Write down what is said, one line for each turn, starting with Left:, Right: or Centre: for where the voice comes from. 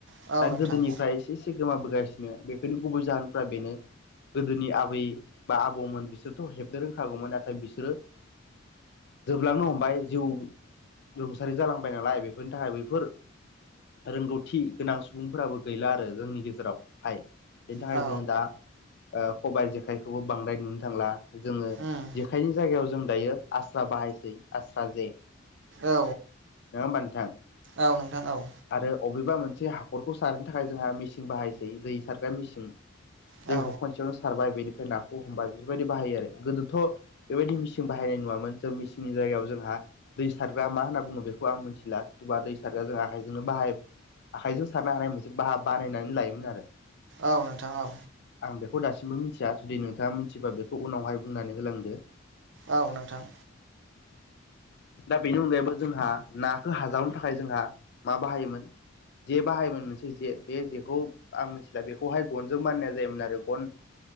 Right: औ
Left: दा
Right: नोंथां
Left: गोदोनिफ्राय एसे एसे गोमाबोगासिनो बेफोरनि गुबै जाहोन। फ्रा बेनो गोदोनि आबै बा आबौमोन बिसोरथ' हेबनो रोंखागौमोन नाथाय बिसोरो। जोबलांनो हमबाय जिउ रुंसारि जालांबाय नालाय बेफोरनि थाखाय बैफोर। रोंगौथि गोनां सुबुंफोराबो गैला आरो जोंनि गेजेराव हाय। बेनि थाखाय
Right: औ
Left: जोंदा खबायाइ जेखाइखौबो बांद्राय नुनो थांला। जोङो
Right: उम
Left: जेखायनि जायगायाव जों दायो आस्रा बाहायसै आस्रा जे।
Right: औ
Left: नङा होमबा नोंथां
Right: औ नोंथां औ।
Left: आरो अबेबा मोनसे हाखरखौ सारनो थाखाय जोंहा मेसिं बाहायसै दै सारग्रा मेसिं।
Right: औ
Left: दैखौ खनसेयावनो सारबाय बेनिफ्राय। नाखौ हमबाय बेफोरबायदि बाहायो आरो गोदोथ' बेबायदि मिसिं बाहायनाय नुवामोन जों मिसिंनि जायगायाव जोंहा दै सारग्रा मा होनना बुङो बेखौ आं मिथिला सोरबा दै सारग्रा जों आखाइजों। नो बाहाय आखाइजों सारनो हानाय मोनसे बाहा बानायनानै लायोमोन आरो।
Right: औ नोंथां औ
Left: आं बेखौ दासिमबो मिथिया जुदि नोंथाङा मिथिबा बेखौ उनावहाय बुंनानै होलांदो।
Right: औ नोंथां।
Left: दा बेनि अनगायैबो जोंहा नाखौ हाजावनो थाखाय जोंहा। मा बाहायोमोन? जे बाहायोमोन मोनसे जे बे जेखौ आं मिथिला बेखौहाय गनजों मानिनाय जायोमोन आरो गन